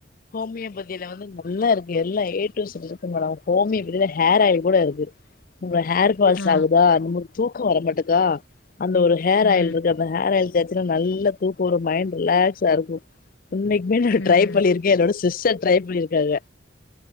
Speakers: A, on the left; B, on the left.
A: ஹோமியோபதியில வந்து நல்லா இருக்கு எல்லா ஏ டூ ஈசட் இருக்கு மேடம் ஹோமியோபதில ஹேர் ஆயில் கூட இருக்கு உங்க ஹேர் ஃபால்ஸ்ஸு
B: ஆ
A: ஆகுதா நம்பளுக்கு தூக்கோ வரமாட்டாத அந்த ஒரு ஹேர்
B: ம்
A: ஆயில் இருக்கு அந்த ஹேர் ஆயில் தேசச்சுன்னா நல்லா தூக்கும் வரு மைண்ட் ரிலாக்ஸா இருக்கு உண்மைக்குமே நா
B: ம்
A: ட்ரை பண்ணியிருக்கே என்னோட சிஸ்டர் ட்ரை பண்ணியிருக்காங்க